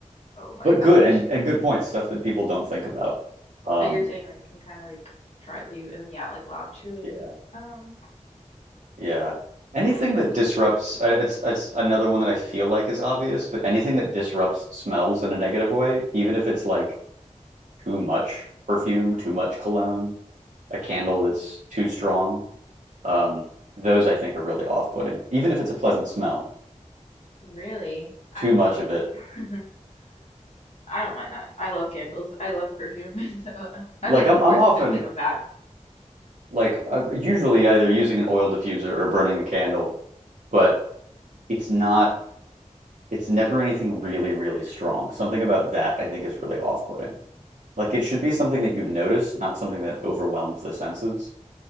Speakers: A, on the left; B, on the right.
A: Oh my
B: but
A: gosh.
B: good and and good points, stuff that people don't think about. Um,
A: But you're saying like can kind of like drive you, and then yeah, like loud chewing.
B: yeah,
A: Um,
B: yeah. Anything
A: mm,
B: that disrupts, uh, it's it's another one that I feel like is obvious, but anything that disrupts smells in a negative way, even if it's like too much perfume, too much cologne, a candle that's too strong, um, those I think are really off-putting. Even if it's a pleasant smell,
A: really, I
B: too
A: love.
B: much of it.
A: <laughs> I don't mind that. I love candles. I love perfume. <laughs> So uh,
B: Like
A: I mean,
B: I'm
A: of
B: I'm
A: course,
B: often
A: if it's like a bad one,
B: like uh, usually either using an oil diffuser or burning a candle, but it's not, it's never anything really, really strong. Something about that I think is really off-putting. Like it should be something that you notice, not something that overwhelms the senses.